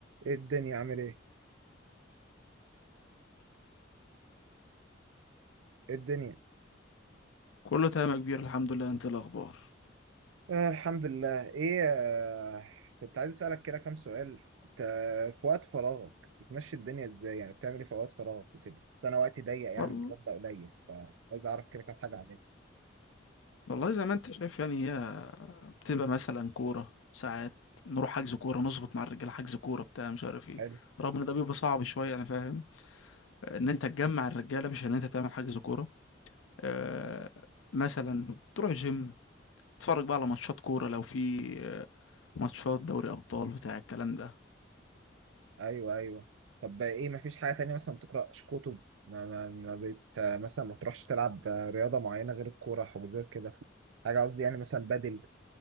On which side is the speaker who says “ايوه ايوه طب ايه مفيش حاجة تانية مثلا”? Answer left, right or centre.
Right